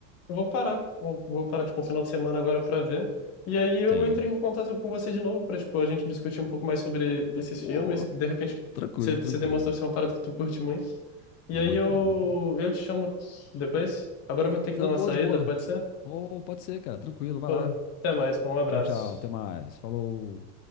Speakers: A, on the left; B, on the left.
A: Eu vou parar. Vou vou parar, tipo, um final de semana agora pra ver. E aí eu
B: Tem.
A: entro em contato com você de novo pra, tipo, a gente discutir um pouco mais sobre esses
B: Ô,
A: filmes, que de repente
B: tranquilo,
A: você você
B: tranquilo.
A: demonstra ser uma parada que tu curte muito. E
B: Muito,
A: aí eu,
B: muito, muito bom.
A: eu te chamo depois. Agora eu vou ter que
B: Tá
A: dar uma
B: boa,
A: saída,
B: de boa.
A: pode ser?
B: Ô, pode ser, cara. Tranquilo, vai
A: Pô,
B: lá.
A: até mais, pô, um abraço.
B: Tchau, tchau. Até mais. Falou.